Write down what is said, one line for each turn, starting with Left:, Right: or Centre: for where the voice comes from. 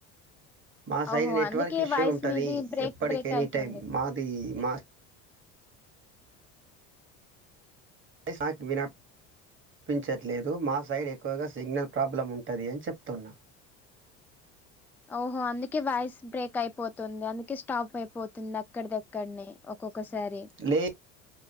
Right: మా సైడ్
Centre: ఓహో
Right: నెట్వర్క్
Centre: అందుకే
Right: ఇష్యూ
Centre: వాయిస్
Right: ఉంటది
Centre: మీది బ్రేక్
Right: ఎప్పటికి
Centre: బ్రేక్
Right: ఎనీ
Centre: అవుతుంది
Right: టైమ్ మాది మా ఐస్ నాక్ వినబ్ పించట్లేదు మా సైడ్ ఎక్కువగా సిగ్నల్ ప్రాబ్లం ఉంటది అని చెప్తున్న.
Centre: ఓహో అందుకే వాయిస్ బ్రేక్ అయిపోతుంది. అందుకే స్టాప్ అయిపోతుంది అక్కడిదక్కడనే. ఒక్కొక్కసారి
Right: లే